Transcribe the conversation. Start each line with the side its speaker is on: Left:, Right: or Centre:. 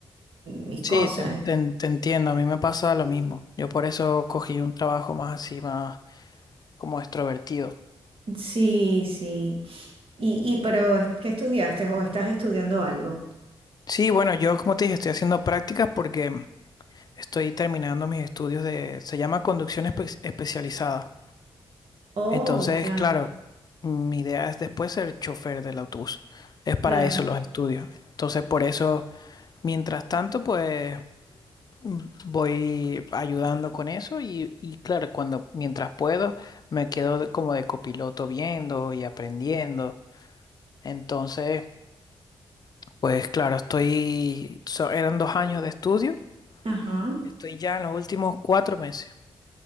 Right: mis cosas.
Left: Sí, te, te te entiendo, a mí me pasa lo mismo. Yo por eso cogí un trabajo más así, más como extrovertido.
Right: Sí, sí. Y, y pero ¿qué estudiaste o estás estudiando algo?
Left: Sí, bueno, yo como te dije, estoy haciendo prácticas porque estoy terminando mis estudios de, se llama conducción espe- especializada.
Right: Oh,
Left: Entonces,
Right: ya,
Left: claro, mm, mi idea es después ser chofer del autobús. Es para
Right: claro.
Left: eso los estudios. Entonces, por eso, mientras tanto, pues mm, voy ayudando con eso y, y claro, cuando mientras puedo, me quedo de- como de copiloto viendo y aprendiendo. Entonces, pues claro, estoy, so- eran dos años de estudio,
Right: Ajá.
Left: estoy ya en los últimos cuatro meses.